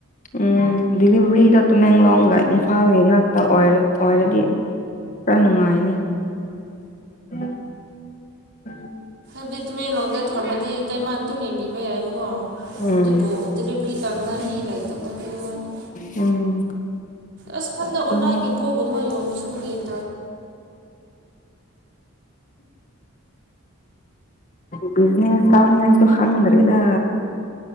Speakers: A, on the left; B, on the right.
A: ꯎꯝ ꯗꯤꯂꯤꯚꯔꯤꯗꯣ ꯇꯃꯦꯡꯂꯣꯡꯒ ꯏꯝꯐꯥꯜꯒꯤ ꯉꯛꯇ ꯑꯣꯏꯔ ꯑꯣꯏꯔꯗꯤ ꯄꯨꯔ ꯅꯨꯡꯉꯥꯏꯅꯤ <inaudible>
B: ꯑꯗꯨꯗꯤ ꯇꯨꯃꯦꯡꯂꯣꯝꯗ ꯊꯝꯃꯗꯤ ꯀꯩꯃꯥꯟ ꯑꯗꯨꯝ ꯌꯦꯡꯕꯤꯕ ꯌꯥꯏꯑꯕꯀꯣ
A: ꯎꯝ
B: ꯑꯗꯨꯕꯨ ꯗꯤꯂꯤꯚꯔꯤ ꯇꯧꯅꯤꯉꯥꯏ ꯃꯤ ꯂꯩꯇꯕꯗ ꯋꯥꯅꯤ
A: ꯎꯝ
B: ꯑꯁ ꯈꯟꯗ
A: ꯑꯗꯨꯅꯦ
B: ꯑꯣꯅꯥꯒꯤ ꯄꯣꯛꯒ ꯑꯃ ꯌꯣꯟꯝꯕ <unintelligible>
A: ꯕꯤꯖꯤꯅꯦꯁ ꯀꯅꯤ ꯍꯥꯏ ꯑꯗꯨ ꯍꯪꯗ꯭ꯔꯦꯗ